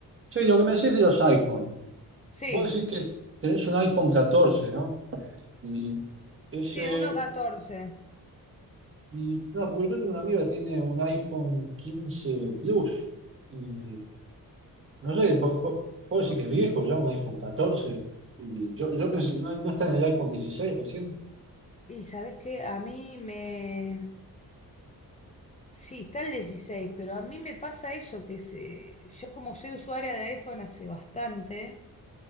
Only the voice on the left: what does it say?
Sí,
sí, uno punto catorce
Y ¿sabes qué? A mí me... Sí, está el 16, pero a mí me pasa eso, que se... yo como soy usuaria de iPhone hace bastante...